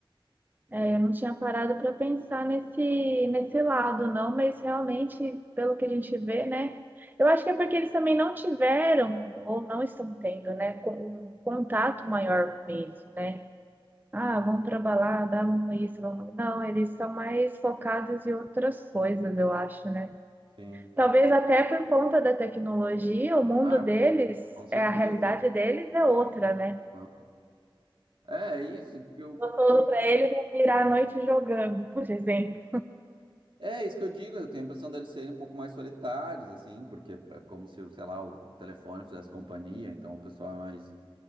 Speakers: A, on the right (about 20°); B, on the right (about 65°).
A: É, eu não tinha parado para pensar nesse, nesse lado, não, mas realmente, pelo que a gente vê, né? Eu acho que é porque eles também não tiveram ou não estão tendo, né, com- um contato maior com isso, né? Ah, vamos pra balada, vamos isso, vamos. Não, eles são mais focados em outras coisas, eu acho, né?
B: Sim.
A: Talvez até por conta da tecnologia, o mundo
B: Ah,
A: deles,
B: com, com certeza.
A: é a realidade deles é outra, né?
B: Ah. É, é isso que eu.
A: Gostoso
B: que eu-
A: pra eles é virar a noite jogando, <laughs> por exemplo.
B: É isso que eu digo, eu tenho a impressão deles serem um pouco mais solitários, assim, porque é como se, sei lá, o telefone fizesse companhia, então o pessoal é mais